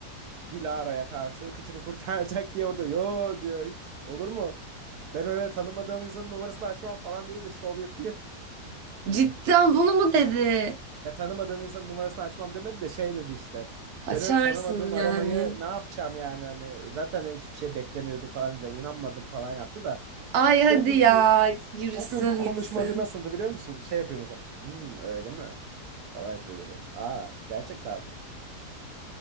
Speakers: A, on the right (about 75°); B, on the right (about 55°).
A: e, Dilara'ya karşı kıçını kurtaracak diye orada yo diyor hiç olur mu? Ben öyle tanımadığım insanın numarasını açmam falan diye bir de şov yapıyor.
B: Cidden bunu mu dedi?
A: Ya tanımadığım insanın numarasını açmam demedi de şey dedi işte.
B: Açarsın
A: Ben öyle tanımadığım aramayı
B: yani.
A: ne yapacağım yani hani zaten hiçbir şey beklemiyordum falan dedi. İnanmadım falan yaptı da.
B: Ay hadi
A: O günkü
B: ya yürüsün
A: o günkü konuşmadı
B: gitsin.
A: nasıldı biliyor musun? Şey yapıyor mesela. Hmm, öyle mi? Falan yapıyor böyle. Aa gerçekten mi?